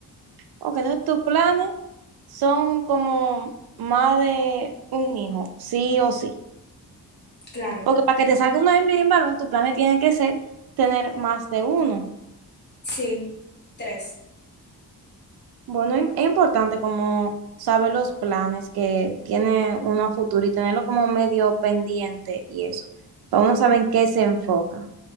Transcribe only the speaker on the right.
Ok, entonces tus planes son como más de un hijo, sí o sí.
Porque para que te salga una hembra y un varón, tu plan tiene que ser tener más de uno.
Bueno, im- es importante como saber los planes que tiene uno a futuro y tenerlo como medio pendiente y eso, para uno saber en qué se enfoca.